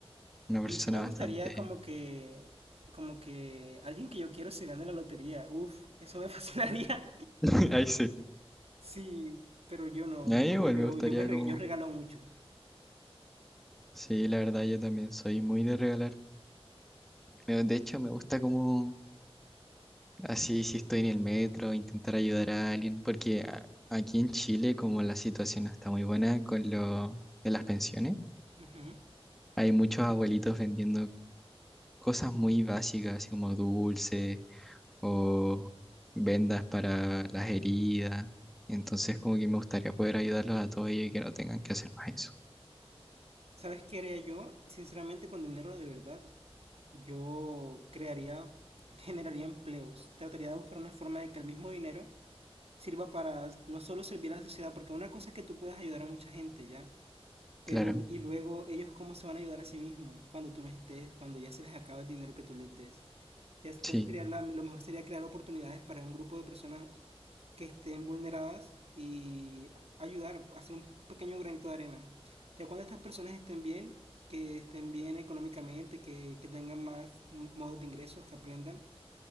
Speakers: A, in the centre; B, on the right.
A: una persona
B: A mí sí me
A: bastante...
B: gustaría como que, como que alguien que yo quiero se gane la lotería. Uf, eso me <laughs> fascinaría.
A: <laughs> Ahí sí.
B: Sí, pero yo no,
A: A mí
B: porque
A: igual
B: yo,
A: me gustaría
B: yo me, re-
A: como...
B: yo regalo mucho.
A: Sí, la verdad yo también soy muy de regalar. Me- De hecho, me gusta como así si estoy en el metro, intentar ayudar a alguien, porque a- aquí en Chile como la situación no está muy buena con lo de las pensiones,
B: Ujú.
A: hay muchos abuelitos vendiendo cosas muy básicas, así como dulces o vendas para las heridas. Entonces, como que me gustaría poder ayudarlos a todos ellos y que no tengan que hacer más eso.
B: ¿Sabes qué haría yo? Sinceramente, con dinero de verdad, yo crearía, generaría empleos. Trataría de buscar una forma de que el mismo dinero sirva para no solo servir a la sociedad, porque una cosa es que tú puedas ayudar a mucha gente, ¿ya? Pero,
A: Claro,
B: y luego, ¿ellos cómo se van a ayudar a sí mismos cuando tú no estés, cuando ya se les acaba el dinero que tú les des? Ya, entonces
A: sí.
B: sería la- lo mejor sería crear oportunidades para un grupo de personas que estén vulneradas y ayudar, hacer un pequeño granito de arena. Ya cuando estas personas estén bien, que estén bien económicamente, que, que tengan más m- modos de ingresos, que aprendan,